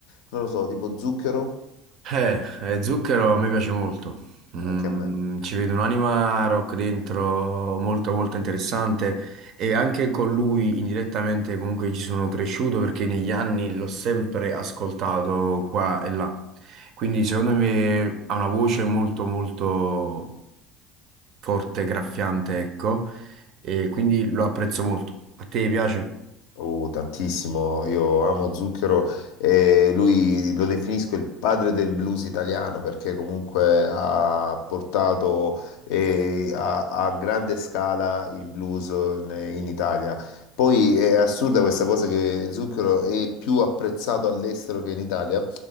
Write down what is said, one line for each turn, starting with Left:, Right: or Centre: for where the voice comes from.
Left: non lo so, tipo Zucchero,
Right: Eh, eh, Zucchero mi piace molto. Mm,
Left: anche a me.
Right: ci vedo un'anima rock dentro molto molto interessante e anche con lui indirettamente comunque ci sono cresciuto perché negli anni l'ho sempre ascoltato qua e là. Quindi secondo me ha una voce molto molto forte, graffiante, ecco, e quindi lo apprezzo molto. A te piace?
Left: Oh, tantissimo, io amo Zucchero e lui lo definisco il padre del blues italiano perché comunque ha portato eh, a, a grande scala il blues ne- in Italia. Poi è assurda questa cosa che Zucchero è più apprezzato all'estero che in Italia.